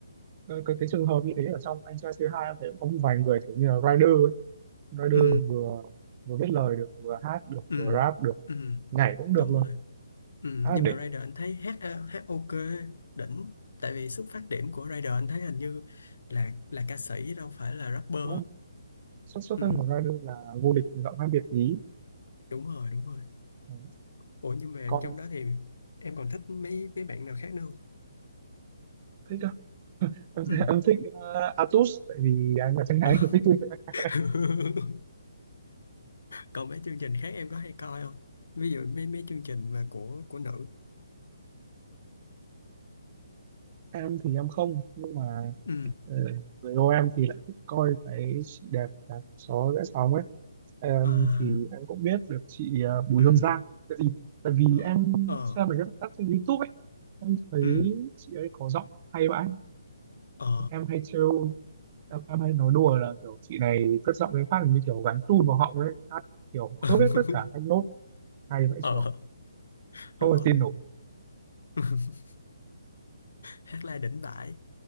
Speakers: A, on the right; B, on the left.
A: ờ, cái, cái trường hợp như thế ở trong anh trai C2 em thấy cũng có một vài người kiểu như là rider ấy. rider
B: ừ
A: vừa vừa viết lời được vừa hát được
B: ừ
A: vừa rap được
B: ừ
A: nhảy cũng được
B: đúng
A: luôn
B: rồi ừ
A: khá là
B: nhưng
A: đỉnh
B: mà Rider anh thấy hát hát ok đỉnh tại vì xuất phát điểm của Rider anh thấy hình như là là ca sĩ đâu phải là rapper
A: đúng không xuất xuất
B: ừ
A: thân của rider là vô địch giọng hát Việt nhí
B: đúng rồi đúng rồi
A: Đấy.
B: ủa nhưng mà
A: còn
B: trong đó thì em còn thích mấy mấy bạn nào khác nữa không
A: thích không? em
B: ừ
A: thấy- em thích ờ, Atus tại vì anh là chân gái
B: Ờ.
A: thì thích <laughs>
B: <laughs> còn mấy chương trình khác em có hay coi không ví dụ mấy mấy chương trình mà của của nữ
A: em thì em không nhưng mà
B: ừ
A: ờ, người yêu em thì lại thích coi cái chị đẹp đạp gió rẽ sóng ấy Em
B: à
A: thì em cũng biết được chị à, Bùi
B: ừ
A: Hương Giang tại vì tại vì
B: ờ
A: em
B: ờ
A: xem mấy cái cắt trên YouTube ấy em thấy
B: ừ
A: chị ấy có giọng hay vậy
B: ờ
A: em hay trêu em, em hay nói đùa là kiểu chị này cất giọng với phát như kiểu gắn tune vào họng ấy hát kiểu khớp
B: <laughs>
A: hết tất cả các nốt hay vậy
B: ờ
A: chứ không
B: đúng
A: thể
B: rồi
A: tin nổi
B: <laughs> hát la đỉnh vãi